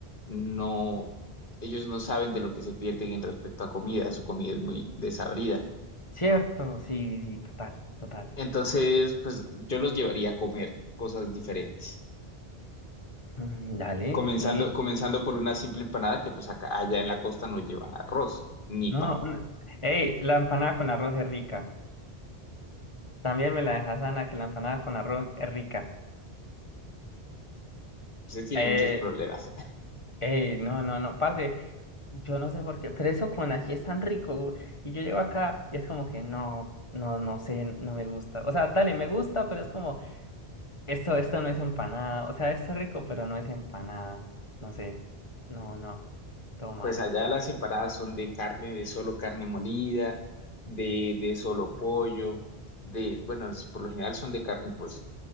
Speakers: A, on the left; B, on the left.
A: no, ellos no saben de lo que se pierden en respecto a comida, su comida es muy desabrida.
B: Cierto, sí, sí, total, total.
A: Entonces, pues yo los llevaría a comer cosas diferentes.
B: Mm, Dale,
A: Comenzando,
B: sí.
A: comenzando por una simple empanada que pues acá, allá en la costa no llevan arroz ni
B: No,
A: papa.
B: una... Ey, la empanada con arroz es rica. También me la dejas, Ana, que la empanada con arroz es rica.
A: Usted tiene
B: Eh,
A: muchos problemas.
B: Ey, no, no, no, parce, yo no sé por qué, pero eso con ají es tan rico, u- y yo llego acá y es como que no, no, no sé, no me gusta, o sea, dale, me gusta, pero es como, esto, esto no es empanada, o sea, esto es rico, pero no es empanada, no sé, no, no, todo mal,
A: Pues allá las empanadas son de carne, de solo carne molida, de, de solo pollo, de, bueno, es- por lo general son de carne y pollo.